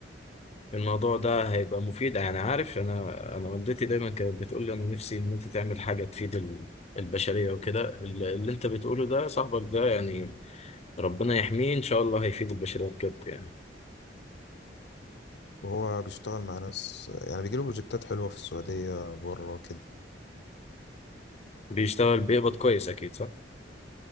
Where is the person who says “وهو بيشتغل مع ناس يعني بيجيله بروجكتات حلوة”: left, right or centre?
Left